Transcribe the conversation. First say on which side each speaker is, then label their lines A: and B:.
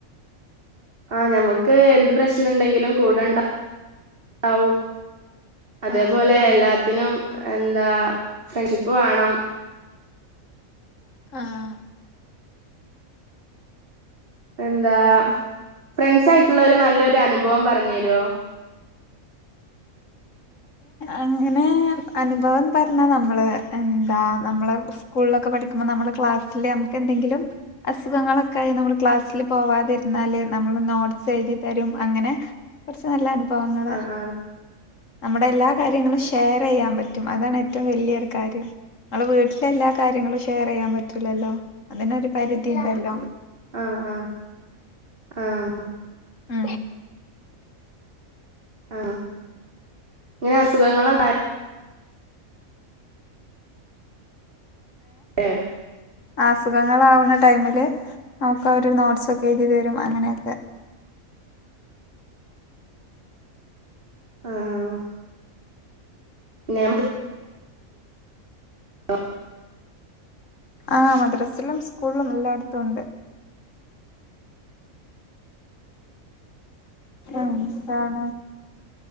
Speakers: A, on the right (about 40°); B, on the left (about 65°).
A: ആ ഞമ്മുക്ക് എന്ത് പ്രശ്നുണ്ടെങ്കിലും കൂടെണ്ടാവും. അതേപോലെ
B: ആഹ് ആഹ്
A: എല്ലാത്തിനും എന്താ ഫ്രണ്ട്ഷിപ്പ് വാണം.
B: ആഹ്
A: എന്താ ഫ്രെണ്ട്സ് ആയിട്ടുള്ള ഒരു നല്ലൊരു അനുഭവം പറഞ്ഞു തരോ?
B: അങ്ങനെ അനുഭവന്ന് പറഞ്ഞ നമ്മള് എന്താ നമ്മള് സ്കൂളിലൊക്കെ പഠ നമ്മളെ ക്ലാസ്സില് നമ്മക്ക് എന്തെങ്കിലും അസുഖങ്ങളൊക്കെ ആയി നമ്മള് ക്ലാസിൽ പോവാതിരുന്നാല് നം നോട്ട്സ് എഴുതി തരും അങ്ങനെ കുറച്ച് നല്ല അനുഭവങ്ങള്
A: ആഹ് ആഹ്
B: നമ്മുടെ എല്ലാ കാര്യങ്ങളും ഷെയർ ചെയ്യാൻ പറ്റും അതാണ് ഏറ്റവും വലിയൊരു കാര്യം. ഞങ്ങളെ വീട്ടില എല്ലാ കാര്യങ്ങളും ഷെയർ ചെയ്യാൻ പറ്റൂലല്ലോ അതിനൊരു പരിധി ഉണ്ടല്ലോ.
A: ആഹ് ആഹ് ആഹ്.
B: ആ
A: ആ ഇങ്ങനെ അസുഖങ്ങളോ ക ഏ
B: അസുഖങ്ങളാവുന്ന ടൈമില് നമുക്ക് അവര് നോട്ട്സൊക്കെ എഴുതി തരും അങ്ങനെയൊക്കെ.
A: ആഹ് പിന്നെ <unintelligible>
B: ആഹ് മദ്രസിലും സ്കൂളിലും എല്ലായിടത്തും ഉണ്ട്. എന്താണ്